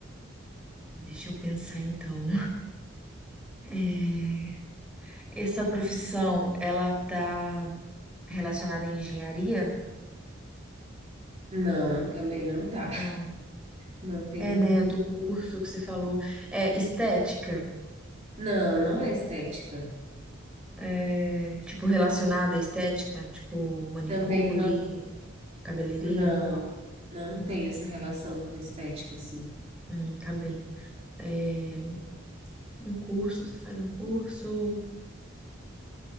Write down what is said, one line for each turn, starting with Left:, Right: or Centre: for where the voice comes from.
Centre: deixa eu pensar então. É, essa profissão, ela tá relacionada à engenharia?
Right: Não, também não tá.
Centre: Não.
Right: Não tem.
Centre: É, né, do curso que você falou. É, estética,
Right: Não, não é estética.
Centre: é, tipo, relacionada à estética, tipo, manicure,
Right: Também não,
Centre: cabeleireiro.
Right: não, não tem essa relação com estética, assim.
Centre: Hum, tá bem. É, um curso, tu faz um curso.